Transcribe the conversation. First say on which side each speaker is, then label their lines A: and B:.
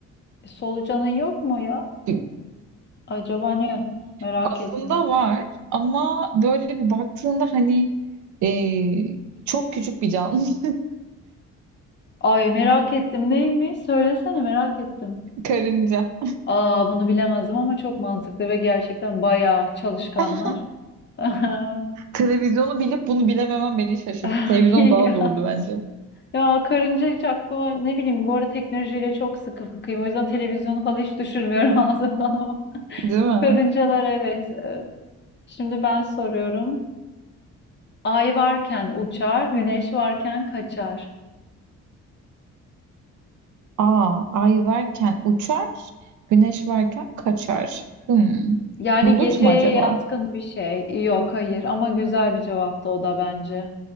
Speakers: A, on the left (about 35°); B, on the right (about 75°).
A: Solucanın yok mu ya?
B: Bir-
A: Acaba ne? Merak
B: Aslında
A: ettim.
B: var ama böyle bir baktığında hani e, çok küçük bir canlı. <laughs>
A: Ay merak ettim neymiş? Söylesene merak ettim.
B: Karınca.
A: Aa bunu bilemezdim ama çok mantıklı ve gerçekten bayağı çalışkanlar.
B: <laughs>
A: <laughs>
B: Televizyonu bilip bunu bilememem beni şaşırttı.
A: Ay
B: Televizyon daha
A: ya.
B: zordu bence.
A: Ya karınca hiç aklıma ne bileyim bu arada teknolojiyle çok sıkı fıkıyım. O yüzden televizyonu falan hiç düşürmüyorum <laughs> ağzımdan ama.
B: Değil mi?
A: Karıncalar evet. Ee, Şimdi ben soruyorum. Ay varken uçar, güneş varken kaçar.
B: Aa, ay varken uçar, güneş varken kaçar. Hmm.
A: Yani
B: Bulut
A: geceye
B: mu acaba?
A: yatkın bir şey. Yok hayır ama güzel bir cevaptı o da bence.